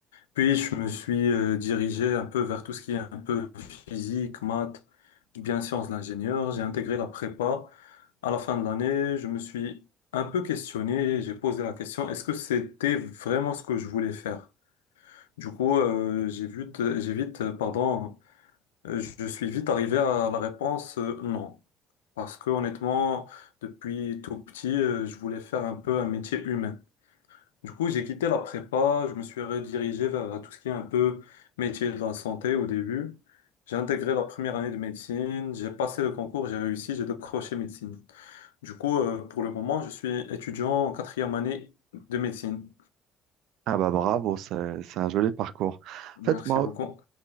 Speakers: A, on the left; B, on the right.
A: puis je me suis euh, dirigé un peu vers tout ce qui est un peu physique, maths, bien sciences de l'ingénieur. J'ai intégré la prépa. À la fin de l'année, je me suis un peu questionné, j'ai posé la question, est-ce que c'était vraiment ce que je voulais faire? Du coup, euh, j'ai vite, j'ai vite, euh, pardon, euh, je suis vite arrivé à la réponse euh, non. Parce que honnêtement, depuis tout petit, euh, je voulais faire un peu un métier humain. Du coup, j'ai quitté la prépa, je me suis redirigé vers tout ce qui est un peu métier de la santé au début. J'ai intégré la première année de médecine, j'ai passé le concours, j'ai réussi, j'ai décroché médecine. Du coup, euh, pour le moment, je suis étudiant en quatrième année de médecine.
B: Ah bah bravo, c'est, c'est un joli parcours.
A: Merci
B: En fait, moi,
A: beaucoup.